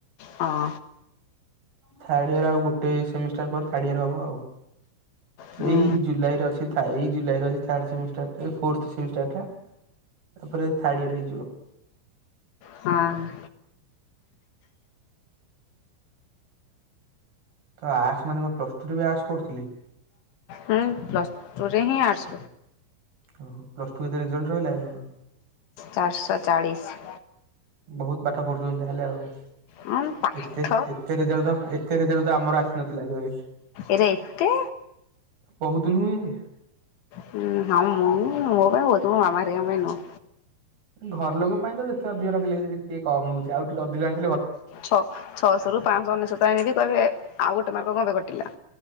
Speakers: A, on the left; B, on the right.
A: ହଁ।
B: ଥାର୍ଡଇୟର ଆଉ ଗୋଟେ ସେମିଷ୍ଟାର ପରେ ଥାର୍ଡଇୟର ହବ ଆଉ।
A: ହୁଁ
B: ଏଇ ଜୁଲାଇ ରେ ଅଛି ଏଇ ଜୁଲାଇରେ ଅଛି ଥାର୍ଡ ସେମିଷ୍ଟାର ଟା ଏଇ ଫୋର୍ଥ ସେମିଷ୍ଟାର ଟା। ତାପରେ ଥାର୍ଡଇୟର ହେଇଯିବ।
A: ହଁ <inaudible>
B: ତ ଆର୍ଟ୍ସ ମାନେ କଣ ପ୍ଲସଟୁରେ ବି ଆର୍ଟ୍ସ କରୁଥିଲେ?
A: ହୁଁ ପ୍ଲସ ଟୁ ରେ ହିଁ ଆର୍ଟ୍ସ।
B: ଓହୋ ପ୍ଲସ ଟୁ କେତେ ରେଜଲ୍ଟ ରହିଲା ଓ?
A: ଚାରିଶହ ଚାଳିଶ।
B: ବହୁତ ପାଠ ପଢୁଛନ୍ତି ତାହେଲେ ଆଉ।
A: ହଁ ପାଠ
B: ଏତେ ଏତେ ରେଜଲ୍ଟ ତ ଏତେ ରେଜଲ୍ଟ ତ ଆମର ଆସିନଥିଲା କେବେ?
A: ଏରା ଏତେ?
B: ବହୁତ ଦିନୁ ହିଁ।
A: ହୁଁ ହଁ ମୁଁ ମୋ ପାଇଁ ବହୁତ ମୋ ମାମା ହେରିକାଙ୍କ ପାଈଁ ନୁହଁ।
B: ଘର ଲୋକ ପାଇଁ ତ ଯେତେ ଅଧିକ ରଖିଲେଗି ବି ସେ ଟିକେ କମ ହଉଛି ଆଉ ଟିକେ ଅଧିକା
A: ଛ ଛଅଶହ ରୁ ପାଞ୍ଚଶହ ଅନେଶତ ଆଣିକି କହିବେ ଆଉ ଗୋଟେ ମାର୍ଗ କଣ ପାଈଁ କଟିଲା।